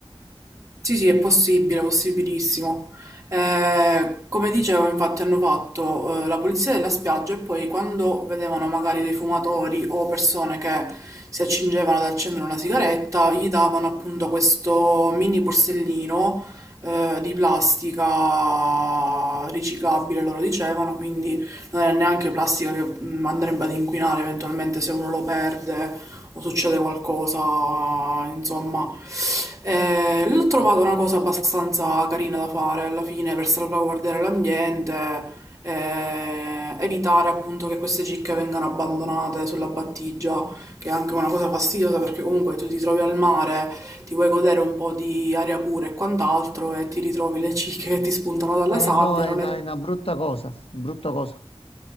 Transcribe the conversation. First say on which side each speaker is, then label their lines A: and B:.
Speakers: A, on the right (about 30°); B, on the left (about 70°).
A: Sì, sì, è possibile, è possibilissimo. Eh, come dicevo, infatti, hanno fatto eh, la pulizia della spiaggia e poi quando vedevano magari dei fumatori o persone che si accingevano ad accendere una sigaretta, gli davano appunto questo mini borsellino eh, di plastica riciclabile, loro dicevano, quindi non è neanche plastica che mm, andrebbe ad inquinare eventualmente se uno lo perde o succede qualcosa, insomma. Eh, l'ho trovato una cosa abbastanza carina da fare alla fine per salvaguardare l'ambiente, eh, evitare appunto che queste cicche vengano abbandonate sulla battigia, che è anche una cosa fastidiosa perché comunque tu ti trovi al mare, ti vuoi godere un po' di aria pura e quant'altro e ti ritrovi le cicche che ti spuntano dalla
B: Eh
A: sabbia,
B: no, è
A: non
B: una,
A: è
B: è una brutta cosa, brutta cosa.